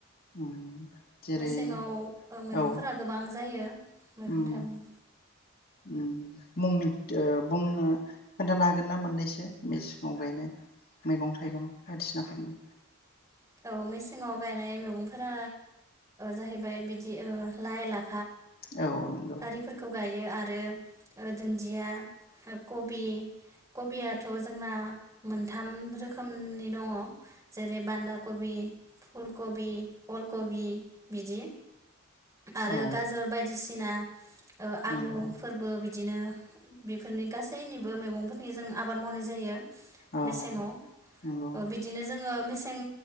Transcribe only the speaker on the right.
मेसेङाव मैगंफोरा
गोबां जायो। मैगं
थाइगं
औ मेसेंआव गायनाय मैगंफोरा जाहैबाय बिदि लाइ लाफा
आरिफोरखौ गायो आरो दुन्दिया कबि कबियाथजोंना मोनथाम रोखोमनि दङ। जेरै बान्दाब। कबि फुल कबि अल कबि बिदि आरो
गाजर बायदिसिना आलु
फोरबो बिदि बिदिनो बेफोरनि गासैनिबो मैगंफोरनि जों आबाद मावनाय जायो।
मेसेङाव
बिदिनो जोङो सिं